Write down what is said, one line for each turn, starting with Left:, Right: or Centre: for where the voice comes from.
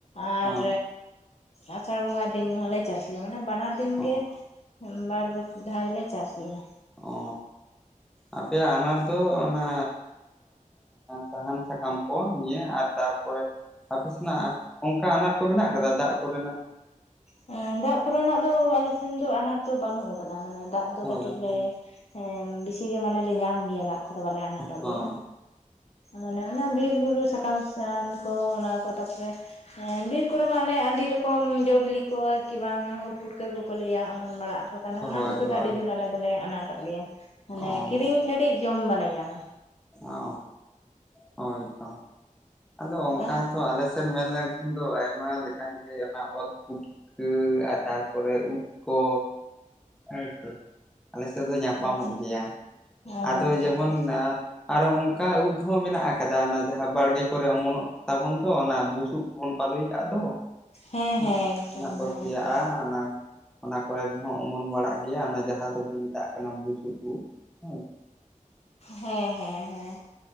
Left: ᱟᱨ
Centre: ᱦᱮᱸ
Left: ᱟᱥᱟᱲ ᱵᱚᱸᱜᱟ ᱫᱤᱱ ᱦᱚᱸᱞᱮ ᱪᱟᱥ ᱜᱮᱭᱟ ᱢᱟᱱᱮ ᱵᱟᱱᱟᱨ ᱫᱤᱱ
Centre: ᱚ
Left: ᱜᱮ ᱵᱟᱨ ᱫᱷᱟᱶ ᱜᱮᱞᱮ ᱪᱟᱥ ᱜᱮᱭᱟ
Centre: ᱚ ᱟᱯᱮᱭᱟᱜ ᱟᱱᱟᱴ ᱫᱚ ᱚᱱᱟ ᱥᱟᱦᱟᱱ ᱥᱟᱠᱟᱢ ᱠᱚ ᱱᱤᱭ ᱟᱨ ᱛᱟᱨᱯᱚᱨᱮ ᱟᱯᱮᱥᱮᱱᱟᱜ ᱚᱱᱠᱟ ᱟᱱᱟᱴ ᱠᱚ ᱢᱮᱱᱟᱜ ᱟᱠᱟᱫᱟ ᱫᱟᱜ ᱠᱚᱨᱮᱱᱟᱜ
Left: ᱮᱸ ᱫᱟᱜ ᱠᱚᱨᱮᱱᱟᱜ ᱫᱚ ᱟᱞᱮ ᱥᱮᱱ ᱫᱚ ᱟᱱᱟᱴ ᱫᱚ ᱵᱟᱹᱱᱩᱜ ᱟᱠᱟᱫᱟ ᱢᱟᱱᱮ ᱫᱟᱜ ᱫᱚ
Centre: ᱦᱳᱭ
Left: ᱠᱟᱹᱴᱤᱡ
Centre: ᱦᱳᱭ
Left: ᱞᱮ ᱦᱮᱸ ᱵᱤᱥᱤᱜ ᱜᱮ ᱢᱟᱱᱮ ᱞᱮ ᱧᱟᱢ ᱜᱮᱭᱟ ᱫᱟᱜ ᱩᱱᱠᱩᱫᱚ ᱵᱟᱞᱮ ᱟᱱᱟᱴᱚᱜ
Centre: ᱦᱳᱭ
Left: ᱜᱮᱭᱟ ᱢᱟᱱᱮ ᱚᱱᱟ ᱵᱤᱨ ᱵᱩᱨᱩ ᱥᱟᱠᱟᱢ ᱨᱟᱱ ᱠᱚ ᱚᱱᱟ ᱠᱚ ᱛᱟᱯᱚᱨᱮ ᱵᱤᱨ ᱠᱚᱨᱮ ᱢᱟ ᱚᱱᱮ ᱟᱹᱰᱤ ᱨᱚᱠᱚᱢ ᱡᱚ ᱵᱤᱞᱤ ᱠᱚᱭ ᱠᱤ ᱵᱟᱝ ᱩᱫ ᱯᱩᱴᱠᱟᱹ ᱠᱚᱠᱚ ᱞᱟᱹᱭ-ᱟ ᱚᱢᱚᱱ ᱵᱟᱲᱟᱜᱼᱟ᱾ ᱛᱟᱦᱚᱞᱮ
Centre: ᱦᱳᱭ
Left: ᱚᱱᱟ ᱠᱚᱛᱮ
Centre: ᱦᱳᱭ
Left: ᱫᱚ ᱟᱹᱰᱤ ᱡᱳᱨ ᱟᱞᱮ ᱫᱚᱞᱮ ᱟᱱᱟᱴᱚᱜ ᱜᱮᱭᱟ ᱢᱟᱱᱮ
Centre: ᱚ
Left: ᱠᱤᱨᱤᱧ ᱪᱷᱟᱹᱲᱤᱡ ᱡᱚᱢ ᱵᱟᱞᱮ ᱧᱟᱢᱟ
Centre: ᱚ ᱦᱳᱭᱛᱚ ᱟᱫᱚ ᱚᱱᱠᱟᱛᱚ
Left: ᱟᱪᱪᱷᱟ
Centre: ᱟᱞᱮ ᱥᱮᱫ ᱢᱮᱱ ᱞᱮᱱᱠᱷᱟᱱ ᱫᱚ ᱟᱭᱢᱟ ᱞᱮᱠᱟᱱ ᱜᱮ ᱚᱱᱟ ᱚᱛ ᱯᱩᱴ ᱩᱸ ᱟ ᱛᱟᱨᱯᱚᱨᱮ ᱩᱵᱽ ᱠᱚ ᱦᱮ ᱥᱮ ᱾ ᱟᱞᱮ ᱥᱮᱫ ᱫᱚ ᱧᱟᱯᱟᱢᱚᱜ
Left: ᱟᱪᱪᱷᱟ
Centre: ᱜᱮᱭᱟ,
Left: ᱟᱪᱪᱷᱟ
Centre: ᱟᱫᱚ ᱡᱮᱢᱚᱱ
Left: ᱟᱪᱪᱷᱟ
Centre: ᱟ ᱟᱨᱚ ᱚᱱᱠᱟ ᱩᱫ ᱦᱚᱸ ᱢᱮᱱᱟᱜ ᱟᱠᱟᱫᱟ ᱚᱱᱟ ᱡᱟᱦᱟᱸ ᱵᱟᱲᱜᱮ ᱠᱚᱨᱮ ᱚᱢᱚᱱᱚᱜ ᱛᱟᱵᱚᱱ ᱛᱚ ᱚᱱᱟ ᱵᱩᱥᱩᱵ ᱵᱚᱱ ᱯᱟᱞᱩᱭ ᱠᱟᱜ ᱫᱚ
Left: ᱦᱮᱸ
Centre: ᱦᱩᱸ
Left: ᱦᱮᱸ ᱮᱠᱫᱚᱢ
Centre: ᱚᱱᱟ ᱠᱚ
Left: ᱦᱮᱸ
Centre: ᱥᱮᱭᱟᱜᱼᱟ
Left: ᱦᱮᱸ
Centre: ᱚᱱᱟ ᱚᱱᱟ ᱠᱚᱨᱮ ᱫᱚ ᱦᱟᱸᱜ ᱚᱢᱚᱱ ᱵᱟᱲᱟᱜ ᱜᱮᱭᱟ ᱚᱱᱟ ᱡᱟᱦᱟᱸ ᱫᱚᱵᱚᱱ ᱢᱮᱛᱟᱜ ᱠᱟᱱᱟ ᱵᱩᱥᱩᱵ ᱩᱜ ᱦᱮᱸ ᱾
Left: ᱦᱮᱸ-ᱦᱮᱸ-ᱦᱮᱸ,